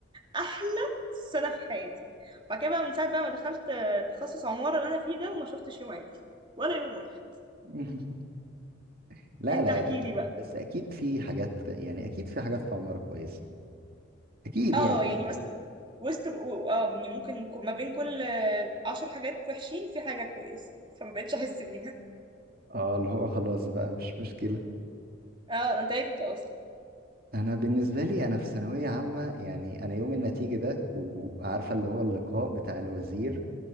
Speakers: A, on the right; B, on the right.
A: احلى سنة في حياتي بعد كده بقى من ساعة بقى ما دخلت تخصص عمارة اللي انا فيه ده وما شفتش يوم عادل ولا يوم واحد
B: <laughs> لا
A: انت
B: لا
A: احكي
B: لا
A: لي بقى
B: بس اكيد في حاجات يعني اكيد في حاجات في عمارة كويسه اكيد
A: اه
B: يعني
A: يعني مثلا وسط و- اه يعني ممكن ك- ما بين كل آه، عشر حاجات وحشين في حاجة كويسة فما بقتش احس بيها
B: اه اللي هو خلاص بقى مش مشكله
A: <laughs> اه انا تعبت اصلا
B: انا بالنسبه لي انا في ثانويه عامه يعني انا يوم النتيجه ده وعارفه اللي هو اللقاء بتاع الوزير